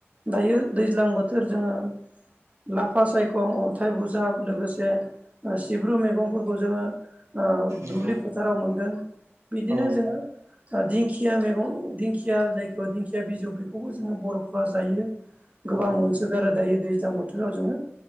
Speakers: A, on the right; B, on the right.
A: दायो दैज्लां बोथोर जोङो लाफा सायखं अन्थाइ बुजाब लोगोसे ओ सिब्रु मैगंफोरखौ जोङो ओ
B: नंगौ
A: दुब्लि फोथाराव मोनगोन। बिदिनो
B: औ
A: जोङो दिंखिया मैगं दिंखिया जायखौ दिंखिया बिजौ बेखौबो जोङो बर'फ्रा जायो। गोबां
B: नंगौ
A: मोनसोगारो दायो दैज्लां बोथोराव जोङो